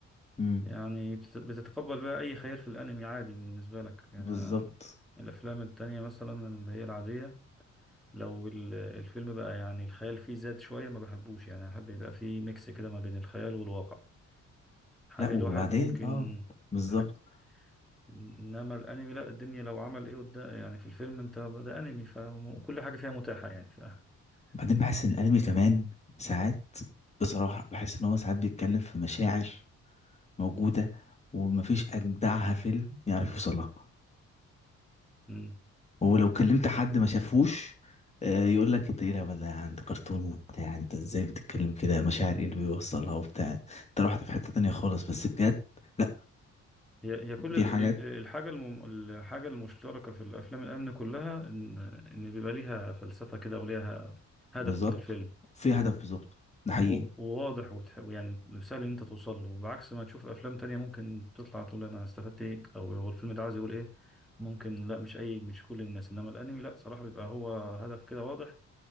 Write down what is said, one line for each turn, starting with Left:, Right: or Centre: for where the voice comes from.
Left: امم
Centre: يعني بتت- بتتقبل بقى اي خيال في الانمي عادي بالنسبة لك يعني
Left: بالظبط
Centre: أنا الافلام التانية مثلا اللي هي العادية لو ال- الفيلم بقى يعني الخيال فيه زاد شوية ما بحبوش يعني احب يبقى فيه ميكس كده ما بين الخيال والواقع حاجة
Left: لا وبعدين
Centre: الواحد ممكن
Left: اه بالظبط
Centre: حاجة إنما الأنمي لا الدنيا لو عمل إيه قدام يعني في الفيلم أنت ده أنمي فكل حاجة فيها متاحة يعني ف
Left: وبعدين بحس
Centre: <laughs>
Left: ان الانمي كمان ساعات بصراحة بحس ان هو ساعات بيتكلم في مشاعر موجودة ومفيش اجدعها فيلم يعرف يوصلها
Centre: مم.
Left: ولو
Centre: ممكن
Left: كلمت حد ما شافهوش آه، يقول لك انت ايه الهبل ده عند كرتون وبتاع انت ازاي بتتكلم كده مشاعر ايه اللي بيوصلها وبتاع انت رحت في حتة تانية خالص بس بجد لا
Centre: هي هي كل
Left: في
Centre: ال-
Left: حاجات
Centre: ال- الحاجة الم... الحاجة المشتركة في الأفلام الأمن كلها إن إن بيبقى ليها فلسفة كده وليها هدف
Left: بالظبط
Centre: من الفيلم
Left: في هدف بالظبط ده
Centre: و-
Left: حقيقي
Centre: وواضح وتح... يعني سهل ان انت توصل له بعكس ما تشوف افلام تانية ممكن تطلع تقول انا استفدت ايه او هو الفيلم ده عايز يقول ايه ممكن لا مش اي مش كل الناس انما الانمي لا صراحة بيبقى هو هدف كده واضح